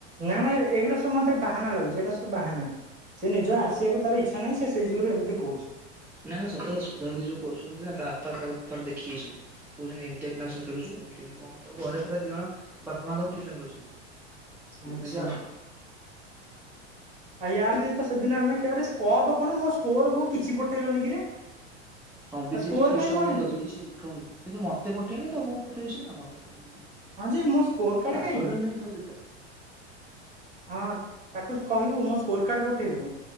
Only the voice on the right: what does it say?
ନା ମା ଏଗୁରା ସବୁ ମତେ ବାହାନା ଲାଗୁଛି ଏଇଟା ସବୁ ବାହାନା। ସେ ନିଜ ଆସିବାକୁ ତାର ଇଚ୍ଛା ନାହିଁ ସେଇ ଯୁଗୁରୁ ଏମିତି କହୁଛି।
ଆଚ୍ଛା
ଆ ୟାଦି ତ ସେଦିନ ଆମେ କପ୍ କଣ ମୋ ସ୍କୋର କଣ କିଛି ପଠେଇଲୁନି କିରେ?
ଆ ସ୍କୋର
କାଇଁ ମଇଁର
ହଁ ଯେ ମୋ ସ୍କୋର କାର୍ଡ
କାଇଁ
ହଁ ତାକୁ କହିବୁ ମୋ ସ୍କୋର କାର୍ଡ଼ ପଠେଇବ?